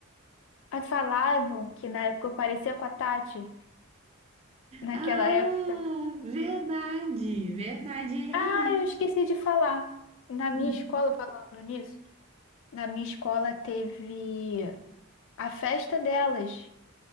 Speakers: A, on the left (about 65°); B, on the right (about 30°).
A: Elas falavam que na época eu parecia com a Tati, naquela
B: Ah,
A: época.
B: verdade, verdade, realmente.
A: Ah, eu esqueci de falar. Na minha
B: Hum,
A: escola, falando nisso, na minha escola teve a festa delas.